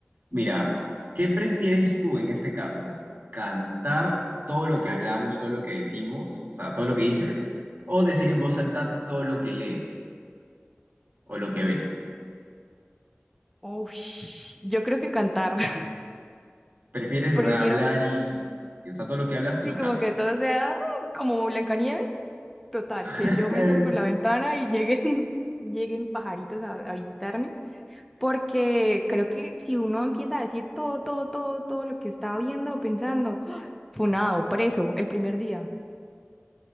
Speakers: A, on the right; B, in the centre.
A: Mira, ¿qué prefieres tú en este caso? ¿Cantar todo lo que hablamos, todo lo que decimos, o sea, todo lo que dices, o decir en voz alta todo lo que lees o lo que ves?
B: Ush, yo creo que cantar. <laughs>
A: ¿Prefieres,
B: Prefiero,
A: o sea, hablar
B: c-
A: y, y, o sea, todo lo que hablas
B: sí,
A: lo
B: como
A: cantas?
B: que todo sea ah, como Blancanieves. Total, que
A: <laughs>
B: yo me asome por la ventana y lleguen, <laughs> lleguen pajaritos a, a visitarme. Porque creo que si uno empieza a decir todo, todo, todo, todo lo que estaba viendo o pensando, <gasps> funado, preso, el primer día.